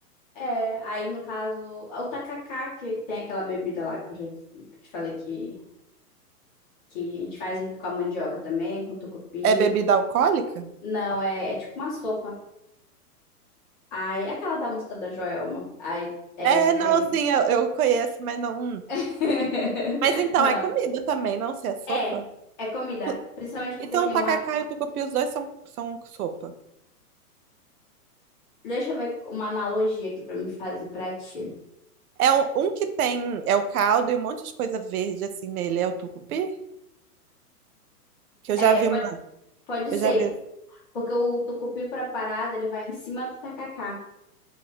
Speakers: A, on the left; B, on the right.
A: É, aí no caso, o tacacá, que tem aquela bebida lá que eu já que eu te falei que, que a gente faz aqui com a mandioca também, com tucupi.
B: É bebida alcoólica?
A: Não, é, é tipo uma sopa. Aí, é aquela da música da Joelma. Aí, é,
B: É,
A: vem.
B: não, sim, eu, eu conheço, mas não.
A: <laughs>
B: Mas então
A: Não,
B: é comida também, não se é sopa?
A: é, é comida.
B: O-
A: Principalmente porque
B: Então,
A: tem
B: o tacacá
A: uma.
B: e o tucupi, os dois são, são sopa.
A: Deixa eu ver uma analogia aqui pra me fazer pra ti.
B: É um, um que tem, é o caldo e um monte de coisa verde assim nele, é o tucupi? Que eu
A: É,
B: já vi
A: pode,
B: uma,
A: pode
B: eu
A: ser.
B: já vi.
A: Porque o tucupi preparado, ele vai em cima do tacacá.